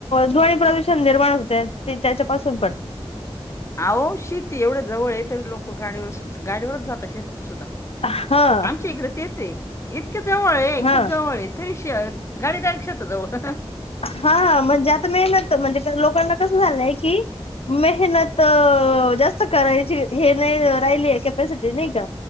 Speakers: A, on the left; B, on the left.
A: ध्वनी प्रदूषण निर्माण होते ते त्याच्यापासून पण.
B: अहो शेती एवढं जवळ आहे तरी लोक गाडीवर गाडीवरच जातात शेतात सुद्धा.
A: हा
B: आमच्या इकडे तेच आहे इतक जवळ आहे
A: हा
B: खूप फॅशन गाडी डायरेक्ट शेता जवळ
A: हा म्हणजे आता मेहनत म्हणजे लोकांना कसं झालंय की मेहनत जास्त करायची हे नाही राहिली आहे कॅपॅसिटी नाही का?